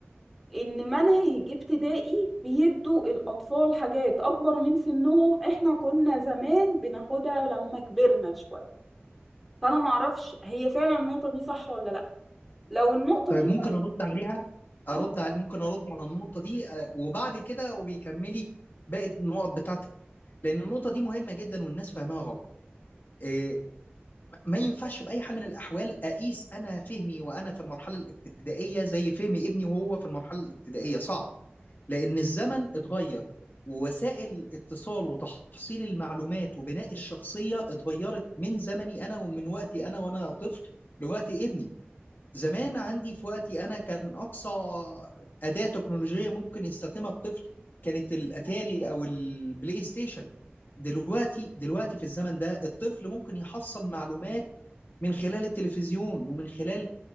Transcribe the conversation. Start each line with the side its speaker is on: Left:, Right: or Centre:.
Centre: ان مناهج ابتدائي بيدوا الاطفال حاجات اكبر من سنهم احنا كنا زمان بناخدها لما كبرنا شويه فانا ما اعرفش هي فعلا النقطه دي صح ولا لا لو النقطه
Left: طيب
Centre: دي
Left: ممكن
Centre: صح
Left: ارد عليها ارد
Centre: أه،
Left: على ممكن ارد على النقطه دي آه، وبعد كده وبيكملي باقي النقط بتاعتك لان النقطه دي مهمه جدا والناس فاهمها غلط آه، ما ينفعش باي حال من الاحوال اقيس انا فهمي وانا في المرحله الابتدائيه زي فهم ابني وهو في المرحله الابتدائيه صعب لان الزمن اتغير ووسائل اتصال وتحصيل المعلومات وبناء الشخصيه اتغيرت من زمني انا ومن وقتي انا وانا طفل لوقت ابني زمان عندي في وقتي انا كان اقصى اداه تكنولوجيه ممكن يستخدمها الطفل كانت الاتاري او البلاي ستيشن دلوقتي دلوقتي في الزمن ده الطفل ممكن يحصل معلومات من خلال التلفزيون ومن خلال